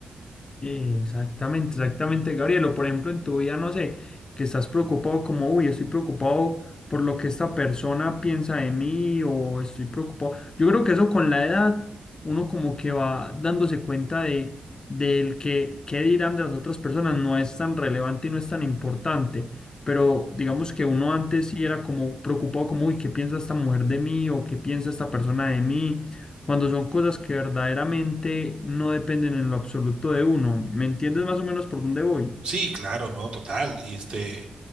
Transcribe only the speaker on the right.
Sí, claro, no, total, y este...